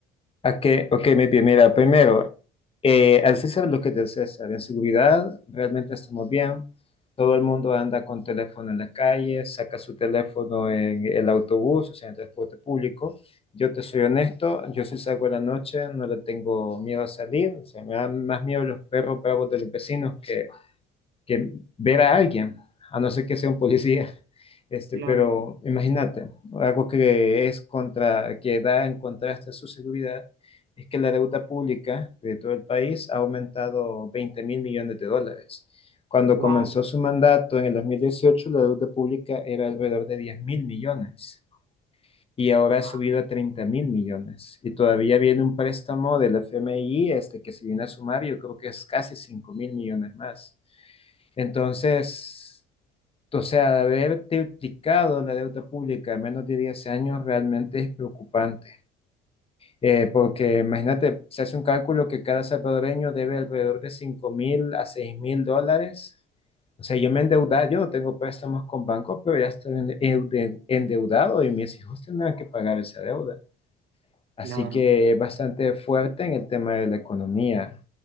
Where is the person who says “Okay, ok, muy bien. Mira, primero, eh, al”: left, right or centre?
Left